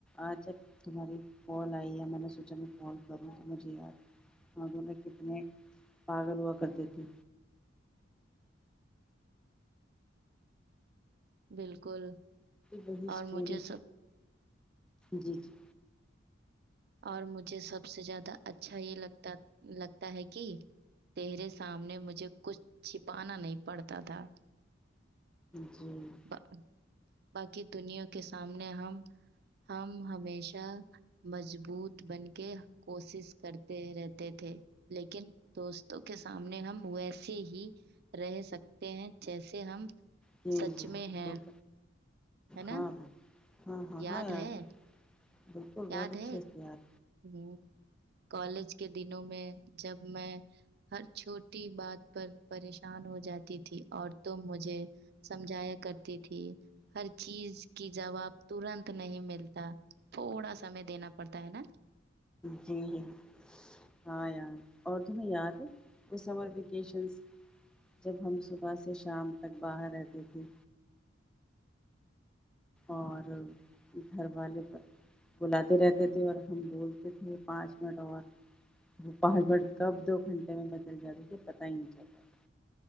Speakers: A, in the centre; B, on the right.
A: آج جب تمہاری کال آئی یا میں نے سوچا میں کال کروں تو مجھے یاد مگر میں کتنے پاگل ہوا کرتے تھے
B: بالکل
A: وہی اسٹوری
B: اور مجھے س
A: جی جی
B: اور مجھے سب سے زیادہ اچھا یہ لگتا لگتا ہے کہ ترے سامنے مجھے کچھ چھپانا نہیں پڑتا تھا
A: جی <unintelligible>
B: با باقی دنیا کے سامنے ہم ہم ہمیشہ مجبو بت بن کے کوشش کرتے رہتے تھے لیکن دوستوں کے سامنے ہم ویسے ہی رہ سکتے ہیں جیسے ہم <unintelligible>
A: جی
B: سچ
A: جی
B: میں ہیں
A: بک
B: ہے نا
A: ہاں ہاں ہاں ہاں
B: یاد
A: ہےاں
B: ہے
A: ار بالکل
B: یاد
A: بہت اچھے
B: ہے
A: اخار
B: ہ کالج کے دنوں میں جب میں ہر چھوٹی بات پر پریشان ہو جاتی تھی اور تووں مجھے سمجھایا کرتی تھی ہر چیز کی جواب ترنت نہیں ملتا تھوڑا سمے دینا پڑتا ہے نا <unintelligible>
A: جی جی ہاں یار اور تمہیں یاد ہے وہ سمر ویکیشنس جب ہم صبح سے شام تک باہر رہتے تھے اور گھر والے بلاتے رہتے تھے اور ہم بولتے تھے پانچ منٹ اور وہ پانچ منٹ کب دو گھنٹے میں بدل جاتے تھے پت ہی نہیں چتا تھا